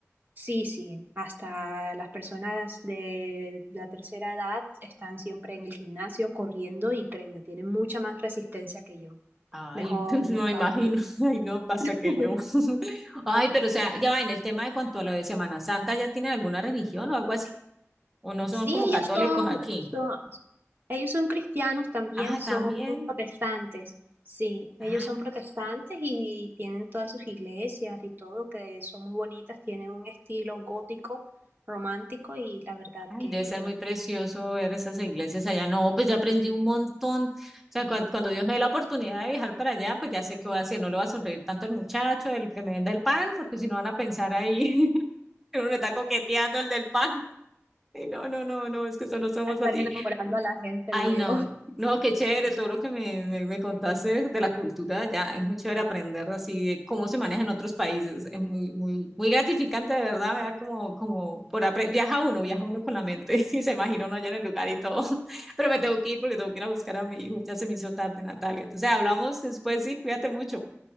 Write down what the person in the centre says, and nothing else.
Ay,
<laughs> no me
imagino. <laughs> Ay, no, pasa
que yo. <laughs> Ay, pero o sea, ya va, en el tema de cuanto a lo de Semana Santa, ¿ya tienen alguna religión o algo así? ¿O no son
como
católicos
aquí?
Ah,
también.
Ah,
Ay,
debe ser muy precioso ver esas iglesias allá. No, pues ya aprendí un montón. O sea, cuan- cuando, Dios me dé la oportunidad de viajar para allá, pues ya sé qué voy a hacer. No le voy a sonreír tanto al muchacho, el que me venda el pan, porque si no van a pensar ahí <laughs> que uno le está coqueteando el del pan. Y no, no, no, no, es que solo somos
así.
Ay,
no,
no, qué chévere todo lo que me, me, me contaste de la cultura ya es muy chévere aprender así de cómo se maneja en otros países, es muy, muy, muy gratificante, de verdad, me da como, como, por apre- viaja uno, viaja uno con la mente <laughs> y se imagina uno allá en el lugar y todo, <laughs> pero me tengo que ir porque tengo que ir a buscar a mi hijo, ya se me hizo tarde, Natalia, entonces hablamos después, sí, cuídate mucho.